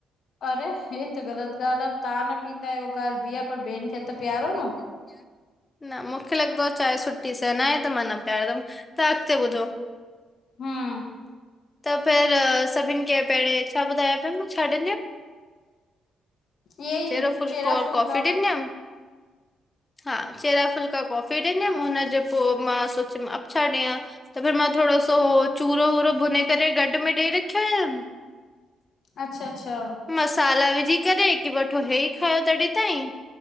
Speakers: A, on the left (about 60°); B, on the left (about 20°).
A: अरे! हे त ग़लत ॻाल्ह आ, तहां न पींदायो हू ॻाल्ह ॿी आ, पर ॿेन खे त पीआरो
B: <inaudible>
A: न।
B: न मुखे लॻदो आ, चाय सुठी सै नाहे, त मां न पियारदम, त अॻते ॿुधो
A: हां
B: त पहिरां, सभिन खे पहिरें छा ॿुधायो पे मां छाॾींदीआं?
A: इयेई,
B: चेरो फुल्को
A: चेरा
B: और
A: फुल्का।
B: कॉफ़ी ॾिनमि हा, चेरा फुल्का कॉफी ॾिन्यम, हुनजे पो मां सोच्युम अब छा ॾयां? त फिर मां थोड़ो सो, चूरो वूरो भुने करे गॾु में ॾई रख्यम।
A: अच्छा अछा
B: मसाला विझी करे, की वठो हे ई खायो तॾी ताईं,